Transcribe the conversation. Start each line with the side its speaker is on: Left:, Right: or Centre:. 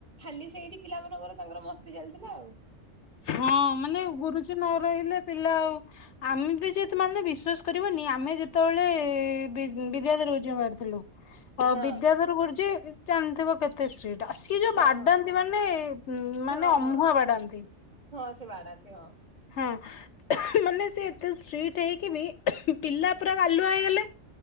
Right: ଖାଲି ସେଇଠି ପିଲା ମାନଙ୍କର ତାଙ୍କର ମସ୍ତି ଚାଲିଥିଲା ଆଉ।
Left: ହଁ ମାନେ ଗୁରୁଜୀ ନରହିଲେ ପିଲା ଆଉ ଆମେବି ଯେହେତୁ ମାନେ ବିଶ୍ୱାସ କରିବନି ଆମେ ଯେତେବେଳେ ବି ବିଦ୍ୟାଧର ଗୁରୁଜୀଙ୍କ ପାଖରେ ଥିଲୁ। ଅ
Right: ହଁ
Left: ବିଦ୍ୟାଧର ଗୁରୁଜୀ ଜାଣିଥିବ କେ ଏତେ ଷ୍ଟ୍ରିଟ୍ ସିଏ ଯୋଉ
Right: ହଁ
Left: ବାଡାନ୍ତି
Right: ହଁ
Left: ମାନେ ମାନେ
Right: ହଁ
Left: ଅମୁହା
Right: ହଁ
Left: ବାଡାନ୍ତି।
Right: ହଁ ସେ ବାଡ଼ାନ୍ତି ହଁ।
Left: ହଁ ମାନେ ସେ ଏତେ ଷ୍ଟ୍ରିଟ୍ ହେଇକିବି ପିଲା ପୁରା ଗାଲୁଆ ହେଇଗଲେ।